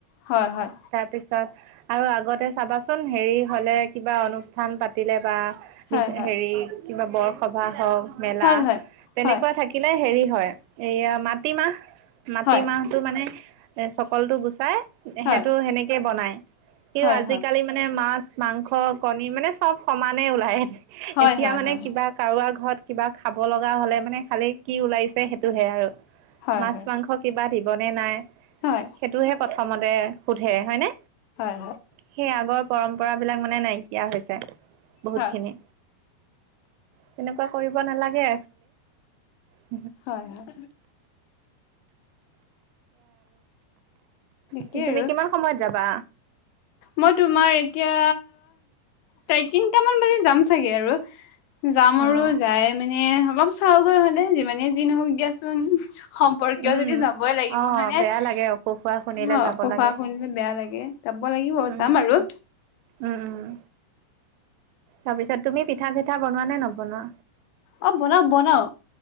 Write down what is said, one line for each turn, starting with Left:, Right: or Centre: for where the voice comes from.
Left: হয় হয়
Right: তাৰপিছত আৰু আগতে চাবাচোন হেৰি হলে কিবা অনুষ্ঠান পাতিলে বা হেৰি
Left: হয়
Right: কিবা বৰসভা হওক মেলা
Left: হয় হয়
Right: তেনেকুৱা
Left: হয়
Right: থাকিলে হেৰি হয় এইয়া মাটিমাহ মাটিমাহটো
Left: হয়
Right: মানে এ চকলটো গুচাই
Left: হয়
Right: সেইটো সেনেকে বনাই স
Left: হয়
Right: আজিকালি
Left: হয়
Right: মানে মাছ মাংস কণী মানে চব সমানে ওলাই
Left: হয়
Right: এতিয়া
Left: হয় হয়
Right: মানে
Left: হয় হয়
Right: কিবা কাৰোবাৰ ঘৰত। কিবা খাব লগা হলে মানে খালি কি ওলাইছে সেইটোহে আৰু
Left: হয়
Right: মাছ
Left: হয় হয় হয়
Right: মাংস কিবা। দিবনে নাই
Left: হয়
Right: সেইটোহে প্ৰথমতে সোধে হয়নে
Left: হয়
Right: সেই আগৰ পৰম্পৰাবলাক মানে নাই। হৈছে বহুত
Left: হয়
Right: খিনি তেনেকুৱা কৰিব নালাগে। <unintelligible>
Left: হয় হয়। তাকেই
Right: কি তুমি
Left: আৰু
Right: কিমান সময়ত যাবা?
Left: মই তোমাৰ এতিয়া প্ৰায় তিনটামান বজাত যাম চাগে আৰু। যাম
Right: অ',
Left: আৰু যাই মানে অলপ চাওঁগৈ হ'লে যিমানে যি নহওক দিয়াচোন। সম্পৰ্কীয়
Right: উম।
Left: যদি যাবই লাগিব
Right: অ',
Left: মানে
Right: বেয়া
Left: অ
Right: লাগে অসুখ হোৱা শুনিলে যাব
Left: সুখোৱা
Right: লাগে
Left: শুনিলে বেয়া লাগে। ক লাগিব
Right: উম,
Left: যাম আৰু।
Right: উম, উম, তাৰপিছত তুমি পিঠা চিঠা বনোৱা নে নবনোৱা?
Left: অ বনাও বনাও